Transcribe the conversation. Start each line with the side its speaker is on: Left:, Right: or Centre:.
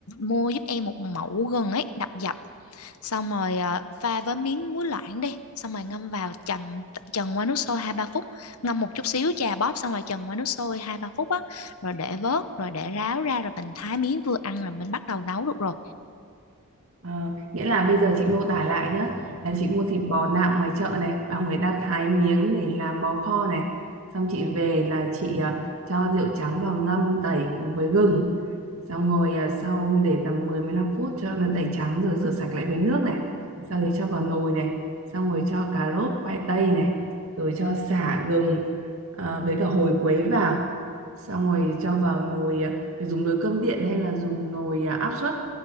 Left: mua giúp em một mẩu gừng ấy đập dập xong rồi à, pha với miếng muối loãng đi xong rồi ngâm vào chầm chần qua nước sôi hai ba phút ngâm một chút xíu chà bóp xong rồi chần qua nước sôi hai ba phút á rồi để vớt rồi để ráo ra rồi mình thái miếng vừa ăn rồi mình bắt đầu nấu được rồi
Right: Ờ, nghĩa là bây giờ chị mô tả lại nhé là chị mua thịt bò nạm ngoài chợ này bảo người ta thái miếng để làm bò kho này xong chị về là chị ờ, cho rượu trắng vào ngâm tẩy cùng với gừng xong rồi ờ, sau để tầm mười đến mười 15 phút cho nó tẩy trắng rồi rửa sạch lại với nước này sau đấy cho vào nồi này xong rồi cho cà rốt khoai tây này rồi cho sả gừng ờ, với cả hồi quế vào xong rồi cho vào nồi à, phải dùng nồi cơm điện hay là dùng nồi à, áp suất